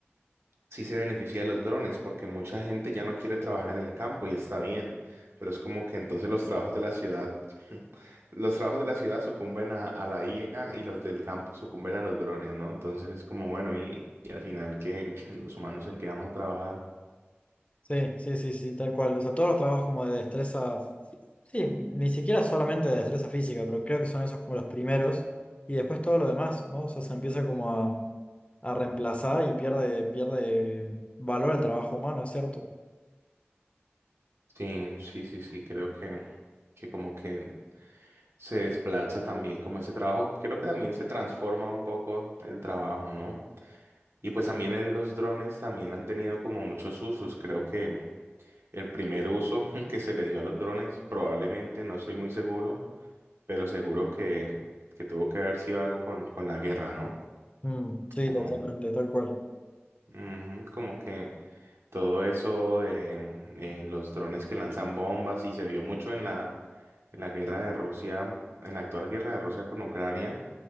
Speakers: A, on the right; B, on the left.
A: sí se beneficia de los drones, porque mucha gente ya no quiere trabajar en el campo y está bien, pero es como que entonces los trabajos de la ciudad, <laughs> los trabajos de la ciudad sucumben a, a la IA y los del campo sucumben a los drones, ¿no? Entonces es como, bueno, y, y al final que <laughs> los humanos en qué vamos a trabajar.
B: Sí, sí, sí, sí, tal cual. O sea, todos los trabajos como de destreza, sí, ni siquiera solamente de destreza física, pero creo que son esos como los primeros y después todo lo demás, ¿no? O sea, se empieza como a, a reemplazar y pierde, pierde valor el trabajo humano, ¿es cierto?
A: Sí, sí, sí, sí, creo que, que como que se desplaza también como ese trabajo, creo que también se transforma un poco el trabajo, ¿no? Y pues también el- los drones también han tenido como muchos usos, creo que El primer uso <laughs> que se le dio a los drones, probablemente, no soy muy seguro, pero seguro que, que tuvo que haber sido algo con, con la guerra, ¿no?
B: Mm, sí,
A: Como,
B: totalmente, tal cual.
A: ujú, como que todo eso de mm, eh, los drones que lanzan bombas y se vio mucho en la, en la guerra de Rusia, en la actual guerra de Rusia con Ucrania,